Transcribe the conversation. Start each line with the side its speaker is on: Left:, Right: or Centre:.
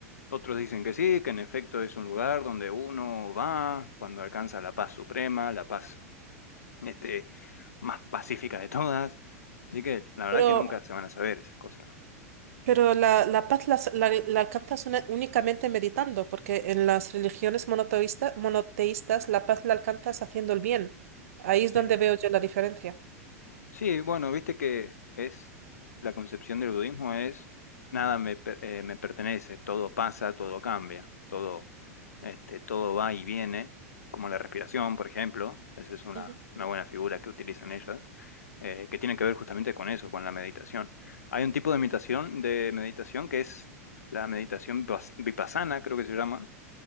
Left: Otros dicen que sí, que en efecto es un lugar donde uno va cuando alcanza la paz suprema, la paz este, más pacífica de todas. Así que la verdad
Right: Pero,
Left: que nunca se van a saber esas cosas, ¿no?
Right: pero la, la paz la, la- la alcanzas una- únicamente meditando, porque en las religiones monoteísta- monoteístas la paz la alcanzas haciendo el bien. Ahí
Left: Sí.
Right: es donde veo yo la diferencia.
Left: Sí, bueno, viste que es la concepción del budismo es nada me, per- eh, me pertenece, todo pasa, todo cambia, todo, este, todo va y viene, como la respiración, por ejemplo, esa es una,
Right: Ujú,
Left: una buena figura que utilizan ellas, eh, que tiene que ver justamente con eso, con la meditación. Hay un tipo de meditación, de meditación que es la meditación vas- vipassana, creo que se llama,